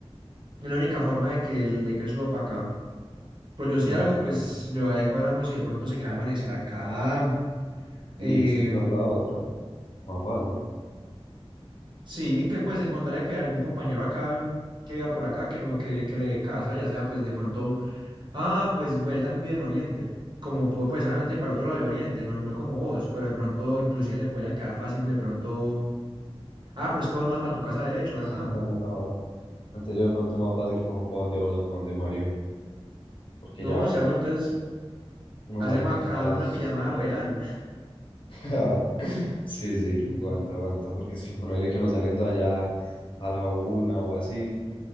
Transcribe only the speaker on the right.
es la única forma de que él, de que él suba para acá. Pero yo si
algo, pues yo ahí cuadramos y de pronto se queda a amanecer acá.
eh,
sí, que pues encontrarle que algún compañero acá que viva por acá, que no, que, que le dé casa, ya sea pues de pronto Ah, pues él también vive en Oriente, como po- pues obviamente para otro lado de Oriente, no, no como vos, pero de pronto inclusive le podría quedar fácil de pronto. Ah, pero es que vos no vas para tu casa derecho,
¿verdad?
No,
si
algo entonces
hacemos
acá
una pijamada
real.